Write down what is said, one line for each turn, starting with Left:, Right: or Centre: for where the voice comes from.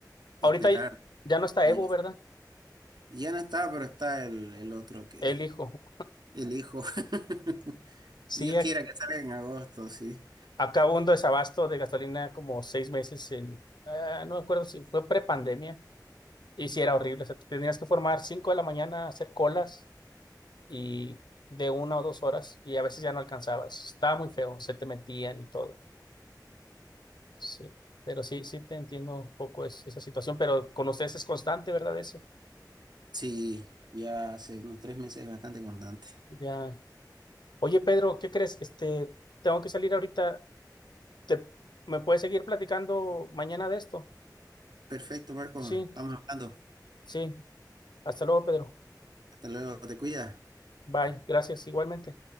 Left: Ahorita
Right: esperar
Left: ya no está
Right: días.
Left: Evo, ¿verdad?
Right: Ya no está, pero está el, el otro que
Left: El hijo.
Right: El hijo. <laughs> Dios
Left: Sí, a-
Right: quiera que salga en agosto, sí.
Left: acabó un desabasto de gasolina como seis meses en, ah, no me acuerdo si fue prepandemia. Y sí, era horrible. O sea, te tenías que formar cinco de la mañana, a hacer colas y de una o dos horas, y a veces ya no alcanzabas. Estaba muy feo, se te metían y todo. Sí, pero sí, sí te entiendo un poco es- esa situación, pero con ustedes es constante, ¿verdad? Eso.
Right: Sí, ya hace unos tres meses es bastante constante.
Left: Ya. Oye, Pedro, ¿qué crees? Este, tengo que salir ahorita. ¿Te, me puedes seguir platicando mañana de esto?
Right: Perfecto, Marco.
Left: Sí,
Right: Estamos hablando.
Left: sí. Hasta luego, Pedro.
Right: Hasta luego. Te cuidas.
Left: Bye. Gracias, igualmente.